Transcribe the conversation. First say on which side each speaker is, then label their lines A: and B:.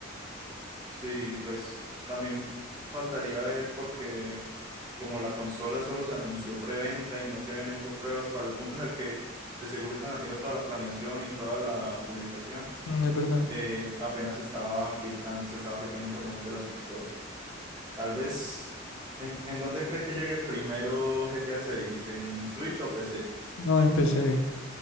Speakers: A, on the right (about 20°); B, on the left (about 80°).
A: Sí, pues también faltaría ver porque como la consola solo se anunció preventa y no se habían hecho pruebas para el punto en el que de seguro están haciendo toda la planeación y toda la publicación,
B: Mm, Es verdad.
A: eh, apenas estaban filtrando, se estaba filtrando información de la Switch dos. Tal vez, ¿en, en dónde cree que llegue primero GTA seis ¿En Switch o PC?
B: No empecé.